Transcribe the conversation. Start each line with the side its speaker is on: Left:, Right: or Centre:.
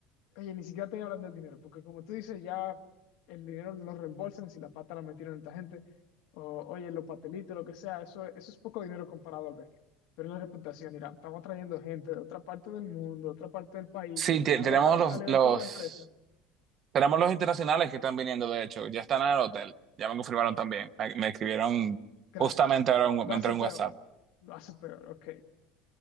Left: Oye, ni siquiera estoy hablando del dinero, porque como tú dices, ya el dinero lo reembolsan si la pata la metieron esta gente, o oye, los patelitos, lo que sea, eso, eso es poco dinero comparado al venio. Pero es la reputación, Irán, estamos trayendo gente de otra parte del mundo, de otra parte del país,
Right: Sí,
Left: que vienen
Right: te-
Left: al,
Right: tenemos
Left: al-
Right: los,
Left: al evento
Right: los
Left: de la empresa.
Right: Tenemos los internacionales que están viniendo, de hecho, ya están en el hotel, ya me confirmaron también, me me escribieron
Left: Gracias.
Right: justamente ahora, un-
Left: Lo
Right: me
Left: hace
Right: entró
Left: peor,
Right: un WhatsApp.
Left: lo hace peor, ok.